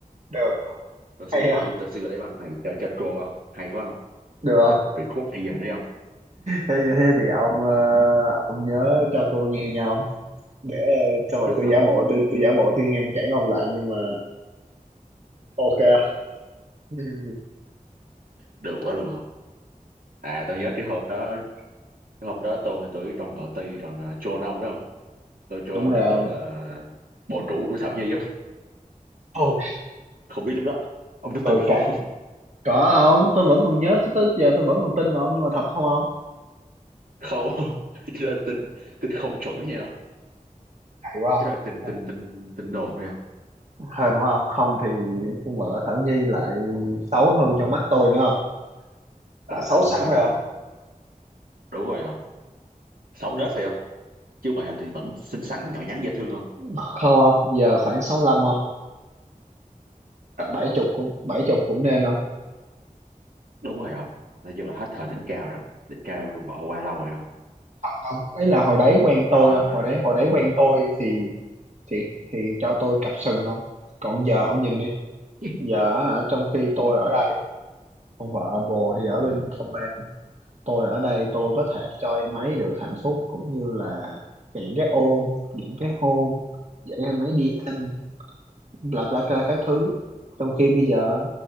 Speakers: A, on the right (about 55°); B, on the right (about 80°).
A: Được không?
B: tôi sẽ
A: Hay
B: gửi
A: không?
B: tôi sẽ gửi cái băng này cho cho Tro không hay quá không
A: Được
B: tôi lên record bây giờ đấy không
A: thế thế thì ông ờ, ông nhớ cho cô nghe nhau để ờ, xong rồi
B: được
A: tôi
B: không
A: giả bộ tôi tôi giả bộ tôi ngăn cản ông lại nhưng mà ok không? Ừ,
B: được quá luôn không à tôi nhớ cái hộp đó cái hôm đó tôi tôi với Tròn tì ti còn uh, Tro ông đúng không tôi cho
A: đúng
B: ông
A: rồi
B: là tôi
A: không
B: là bộ chủ của Thảo Nhi không
A: oh,
B: không biết lúc đó ông có
A: tôi
B: tin
A: cay
B: không <laughs>
A: có không tôi vẫn còn nhớ tới giờ tôi vẫn còn tin mà ông nhưng mà thật không không
B: không chứ là tin tin không chuẩn nha
A: hay quá
B: chứ là tin
A: không
B: tin tin tin đồn hay không
A: hên quá không không thì con vợ Thảo Nhi lại xấu hơn trong mắt tôi nữa không
B: Ờ,
A: đã xấu
B: không
A: sẵn
B: ra
A: rồi
B: được
A: không
B: không đúng rồi không xấu nết phải không chứ ngoại hình thì vẫn xinh xắn nhỏ nhắn dễ thương không
A: không không giờ khoảng sáu lăm không Tại
B: à
A: bảy
B: thôi
A: chục cũng bảy chục cũng nên không
B: đúng rồi không nói chung là hết thời đỉnh cao rồi đỉnh cao rồi bỏ qua lâu rồi không
A: thật không ấy là hồi đấy quen tôi
B: à
A: không hồi đấy hồi đấy quen tôi thì thì thì cho tôi cặp sừng không còn giờ ông nhìn đi
B: <laughs>
A: giờ hả, trong khi tôi ở đây ông vợ bồ thì ở bên Phần Lan tôi ở đây tôi có thể cho em ấy được hạnh phúc cũng như là những cái ôm những cái hôn dẫn em ấy đi ăn bla bla bla các thứ trong khi bây giờ